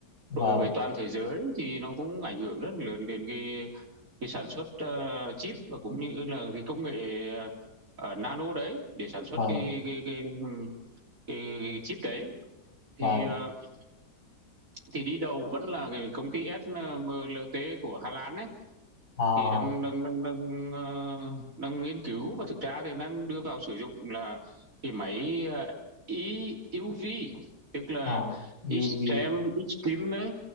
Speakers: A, on the left; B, on the right.
A: vâng
B: rồi về toàn thế giới thì nó cũng ảnh hưởng rất là lớn đến cái cái sản xuất ờ, chip và cũng như là cái công nghệ ờ, ờ, nano đấy để sản xuất
A: vâng
B: cái cái cái, cái, cái chip đấy
A: vâng
B: thì ờ, thì đi đầu vẫn là cái công ty SMLT của Hà Lan ấy
A: à,
B: thì đang đang đang đang ờ, đang nghiên cứu và thực ra thì đang đưa vào sử dụng là cái máy ờ, i u vi tức là
A: à,
B: extreme
A: UV
B: extreme ấy